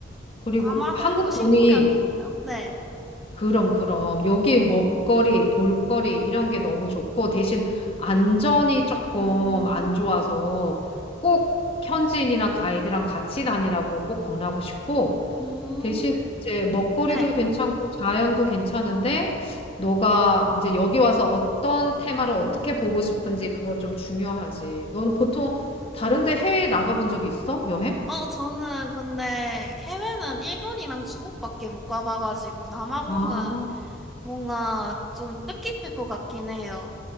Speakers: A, on the left; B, in the centre.
A: 그리고
B: 남아공도
A: 한국
B: 식후경이네요.
A: 돈이
B: 네.
A: 그럼 그럼 여기 먹거리, 볼거리 이런 게 너무 좋고 대신 안전이 조금
B: 음,
A: 안 좋아서 꼭 현지인이나 가이드랑 같이 다니라고 꼭 권하고 싶고
B: 음,
A: 대신 이제 먹거리도
B: 네.
A: 괜찮고 자연도 괜찮은데 너가 이제 여기 와서 어떤 테마를 어떻게 보고 싶은지 그걸 좀 중요하지. 너는 보통 다른 데 해외에 나가본 적이 있어? 여행?
B: 어, 저는 근데 해외는 일본이랑 중국밖에 못 가봐가지고 남아공은
A: 아,
B: 뭔가 좀 뜻깊을 것 같긴 해요.